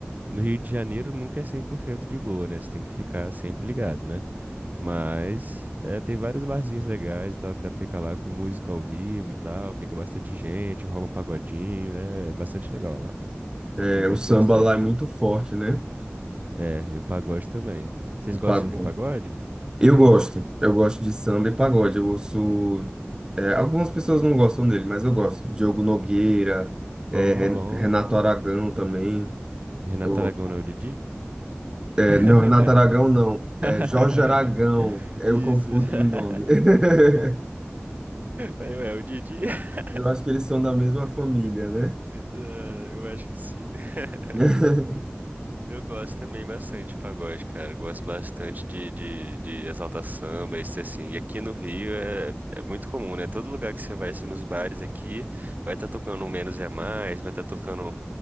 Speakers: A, on the right; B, on the right.
A: No Rio de Janeiro nunca é 100% de boa, né? Você tem que ficar sempre ligado, né? Mas é, tem vários barzinhos legais e tal, que dá pra ficar lá com música ao vivo e tal, fica bastante gente, rola um pagodinho, é, é bastante legal a Lapa.
B: É,
A: Eu gosto
B: o samba
A: bastante.
B: lá é muito forte, né?
A: É, e o pagode também. Vocês
B: O
A: gostam
B: pagode.
A: de pagode?
B: Eu gosto, eu gosto de samba e pagode. Eu ouço. é, algumas pessoas não gostam dele, mas eu gosto. Diogo Nogueira,
A: Bom,
B: é, Ren-
A: bom.
B: Renato Aragão também.
A: Renato
B: Eu gosto.
A: Aragão não é o Didi?
B: É,
A: <laughs>
B: não, Renato Aragão não. É Jorge Aragão. Eu
A: <laughs> Isso.
B: confundi o nome.
A: <laughs>
B: <laughs>
A: Aí, ué, o Didi. <laughs>
B: Eu acho que eles são da mesma família, né?
A: Ah, Eu acho que sim. <laughs>
B: <laughs>
A: Eu gosto também bastante de pagode, cara. Gosto bastante de, de, de Exalta Samba, isso assim. E aqui no Rio é, é muito comum, né? Todo lugar que você vai, assim, nos bares aqui, vai estar tocando um Menos é Mais, vai estar tocando